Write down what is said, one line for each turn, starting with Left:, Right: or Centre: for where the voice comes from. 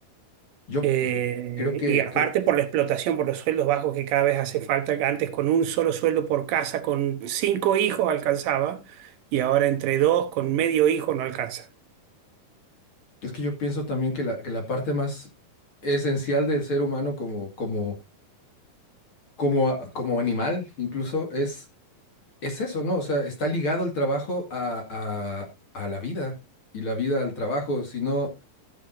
Left: Yo p-
Right: Eh,
Left: f- creo que,
Right: y aparte
Left: creo,
Right: por la explotación, por los sueldos bajos que cada vez hace falta, que antes con un solo sueldo por casa, con cinco hijos alcanzaba, y ahora entre dos, con medio hijo no alcanza.
Left: es que yo pienso también que la, que la parte más esencial del ser humano como, como, como, a- como animal incluso es Es eso, ¿no? O sea, está ligado el trabajo a, a- a la vida y la vida al trabajo. Si no,